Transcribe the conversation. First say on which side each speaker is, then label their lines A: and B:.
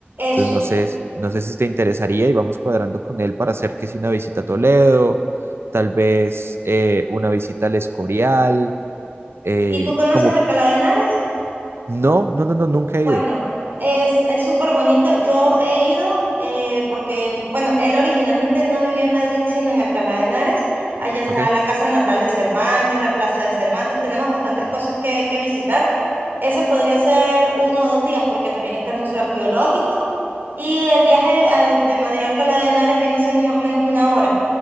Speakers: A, on the right; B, on the right.
A: Eso.
B: Entonces, no sé, no sé si te interesaría y vamos cuadrando con él para hacer que si una visita a Toledo, tal vez eh, una visita al Escorial. eh,
A: ¿Y tú conoces
B: como,
A: Alcalá de Henares?
B: no, no, no, no, nunca he
A: Bueno,
B: ido.
A: es, es súper bonito. Yo he ido eh, porque, bueno, él originalmente no vivía en Madrid, sino en Alcalá de Henares. Allá está
B: Ok,
A: la casa natal de Cervantes, la plaza de Cervantes. Tenemos bastantes cosas que, que visitar. Ese podría ser uno o dos días porque también está el Museo Arqueológico. Y el viaje eh, de Madrid a Alcalá de Henares viene siendo más o menos una hora